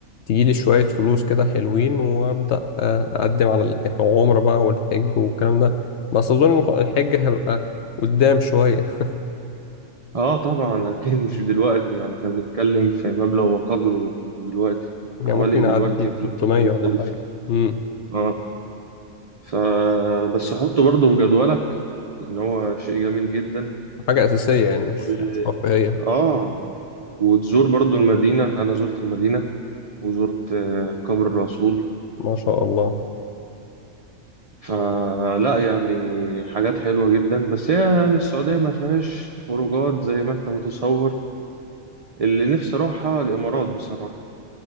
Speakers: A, on the left; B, on the right.
A: تجيلي شوية فلوس كده حلوين وابدأ آه، اقدم على العمرة بقى والحج والكلام ده بس اظن الحج هيبقى قدام شوية
B: آه طبعا أكيد مش دلوقتي يعني إحنا بنتكلم في مبلغ وقدره دلوقتي
A: يعني
B: حوالي
A: ممكن أعدي
B: دلوقتي
A: 300
B: 200 300
A: ولا
B: ألف
A: حاجة امم
B: آه فبس حطه برضو في جدولك لأن هو شيء جميل جدا
A: حاجة أساسية يعني مش
B: و...
A: مش رفاهية
B: آه وتزور برضو المدينة أنا زرت المدينة وزرت آه، قبر الرسول
A: ما شاء الله
B: فلا يعني حاجات حلوة جدا بس هي يعني السعودية ما فيهاش خروجات زي ما انت متصور اللي نفسي اروحها الامارات بصراحة